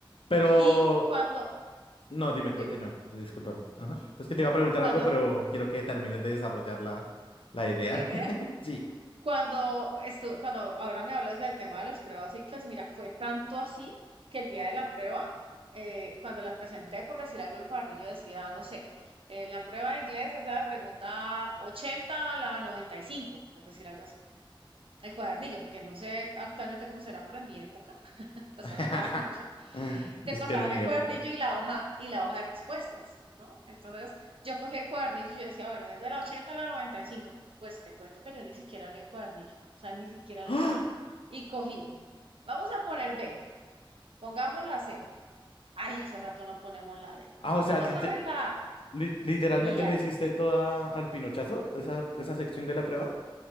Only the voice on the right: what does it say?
Y cuando,
dime,
cuando,
la idea,
cuando estuve, cuando ahora me hablas del tema de las pruebas ICFES, mira, fue tanto así que el día de la prueba, eh, cuando la presenté, por decir algo, el cuadernillo decía, no sé, eh, la prueba de inglés es de la pregunta 80 a la 95 por decir algo así. El cuadernillo, porque no sé actualmente cómo será, pero en mi época, <laughs> hasta
hablando hace mucho, te
pasaban
el
cuadernillo y la hoja y la hoja de respuestas, ¿no? Entonces yo cogí el cuadernillo y yo decía, bueno, desde la 80 a la 95, pues te cuento que yo ni siquiera abrí el cuadernillo, o sea, ni siquiera
lo miré. Y cogí, vamos a poner B, pongamos la C. Ay, hace rato no ponemos la D.
Otra
vez la A.
Y así,